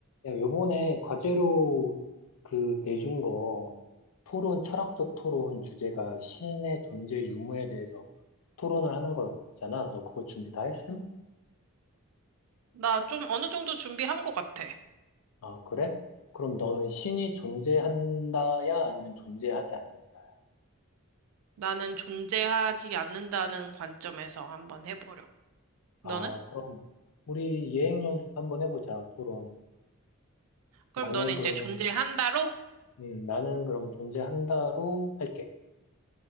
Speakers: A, on the left (about 75°); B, on the right (about 75°).
A: 야, 요번에 과제로 그 내준 거 토론, 철학적 토론 주제가 신의 존재 유무에 대해서 토론을 하는 거였잖아. 너 그거 준비 다 했음?
B: 나 좀 어느 정도 준비한 것 같아.
A: 아, 그래? 그럼 너는 신이 존재한다야? 아니면 존재하지 않는다야?
B: 나는 존재하지 않는다는 관점에서 한번 해보려.
A: 아,
B: 너는?
A: 그럼 우리 예행 연습 한번 해보자, 토론.
B: 그럼
A: 나는
B: 너는
A: 그러면,
B: 이제 존재한다로?
A: 음, 나는 그럼 존재한다로 할게.